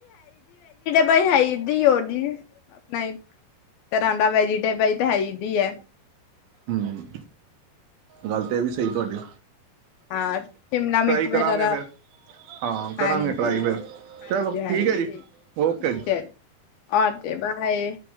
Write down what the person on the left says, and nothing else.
ਭਾਈ, ਹੈ ਜੀ ਆਪਣਾ ਤਰ੍ਹਾਂ ਦਾ ਵੈਜੀਟ ਭਾਈ ਤਾਂ ਹੈਦੀ ਹੈ।
ਹ ਸ਼ਿਮਲਾ ਮਿਰਚ
ਵਗੈਰਾ
ਹਾਂਜੀ,
ਹਾਂਜੀ,
ਹਾਂਜੀ।
ਠੀਕ,
ਠੀਕ
ਹੈ ਰ। ਆਕੇ ਬਾਏ